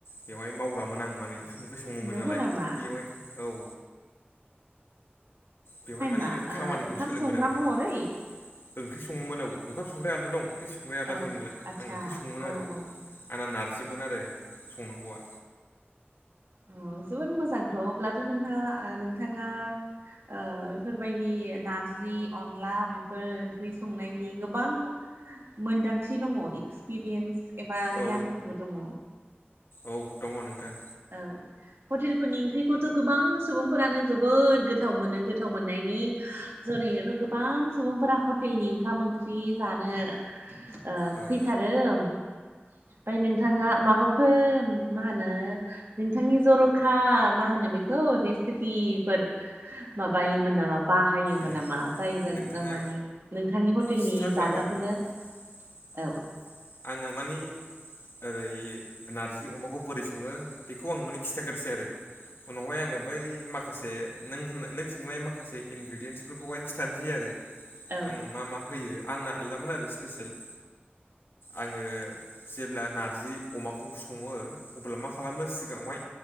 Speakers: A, on the left; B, on the right.
A: बेवहाय मावग्रामोन आं माने ओंखाम ओंख्रि सङोमोन
B: नंगौ
A: नालाय
B: नामा
A: बेवहाय औ बेवहाय माने
B: मा
A: बे खामानिखौ
B: ओ ओंखाम
A: सोलोंबोदोंमोन
B: संग्रा महरै
A: ओं ओंख्रि सङोमोन औ ओंखाम संग्राया आलदा दं ओंख्रि संग्राया आलदा
B: औ
A: थायो नालाय
B: आदसा
A: आं ओंख्रि सङोमोन
B: औ
A: आरो
B: औ
A: आंना नारजिमोन आरो संनांगौआ
B: अ जोबोर मोजांथ' अब्लाथ' नोंहा नोंथाङा ओ बेफोरबायदि नारजि अनला बेफोर ओंख्रि संनायनि गोबां मोन्दांथि दङ एक्सपिरियेन्स एबा
A: औ
B: गियानफोरबो दङ।
A: औ दङ नोंथां।
B: औ हटेलफोरनि ओंख्रिखौथ' गोबां सुबुंफोरानो जोबोद गोथाव मोनो गोथाव मोननायनि जुनैनोथ' गोबां सुबुंफोरा हटेलनि ओंखाम ओंख्रि जानो ओ
A: औ
B: फैथारो ओमफ्राय नोंथाङा माबा फोर मा होनो नोंथांनि जर'खा मा होनो बेखौ रेसिपिफोर माबायोमोन नामा बाहायोमोन
A: ए
B: नामा जायजों
A: नोंथाङा
B: ओ माने नोंथांनि हटेलनि
A: खिथाजागोन
B: जाग्राखौनो
A: <unintelligible>
B: औ
A: आङो माने ओरै नारजि अमाखौ बोरै सङो बेखौ आं माने खिथाग्रोसै आरो उनावहाय आङो बै माखासे नों होननाय नों सोंनाय माखासे इनग्रेडियेन्सफोरखौहाय खिथानोसै आरो
B: औ
A: आं मा मा होयो आंना आलदामोन आरो स्पेसियेल आङो जेब्ला नारजि अमाखौ सङो अब्ला मा खालामो सिगाङावहाय